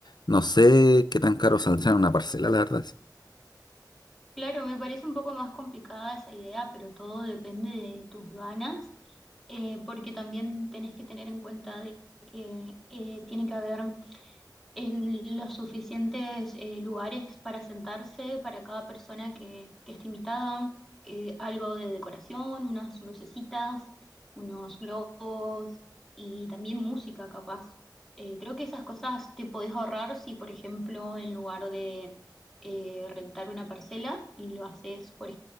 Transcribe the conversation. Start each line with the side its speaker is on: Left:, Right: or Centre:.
Left: No sé qué tan caro saldrá una parcela, la verdad.
Centre: Claro, me parece un poco más complicada esa idea, pero todo depende de tus ganas, eh, porque también tenés que tener en cuenta de que eh, tiene que haber el- los suficientes eh, lugares para sentarse para cada persona que, que esté invitada, eh, algo de decoración, unas lucecitas, unos globos y también música capaz. Eh, creo que esas cosas te podés ahorrar si, por ejemplo, en lugar de eh, rentar una parcela, lo haces, por